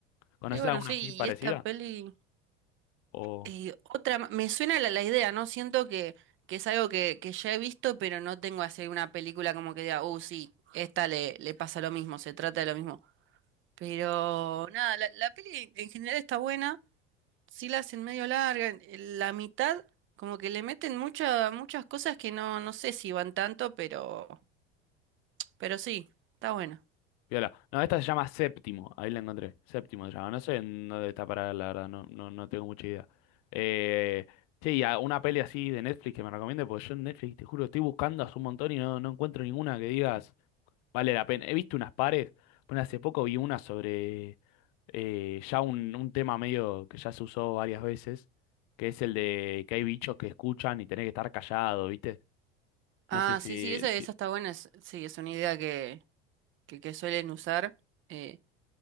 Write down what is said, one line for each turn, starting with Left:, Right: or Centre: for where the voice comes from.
Left: ¿Conoces
Right: Sí, bueno,
Left: alguna
Right: sí,
Left: así parecida?
Right: y esta peli,
Left: O...
Right: eh, otra, ma- me suena la, la idea, ¿no? Siento que, que es algo que, que ya he visto, pero no tengo así una película como que diga, oh, sí, esta le, le pasa lo mismo, se trata de lo mismo. Pero nada, la, la peli en general está buena, sí la hacen medio larga, en- en la mitad como que le meten muchas muchas cosas que no, no sé si van tanto, pero, pero sí, está buena.
Left: Viola. No, esta se llama Séptimo. Ahí la encontré. Séptimo se llama. No sé en dónde está parada, la verdad. No, no, no tengo mucha idea. Eh, che, y a- una peli así de Netflix que me recomiende, porque yo en Netflix, te juro, estoy buscando hace un montón y no, no encuentro ninguna que digas vale la pena. He visto unas pares. Bueno, hace poco vi una sobre eh, ya un, un tema medio que ya se usó varias veces, que es el de que hay bichos que escuchan y tenés que estar callado, ¿viste?
Right: Ah,
Left: No sé si.
Right: sí, sí, esa, esa
Left: ti-
Right: está buena, es- sí, es una idea que que, que suelen usar. eh,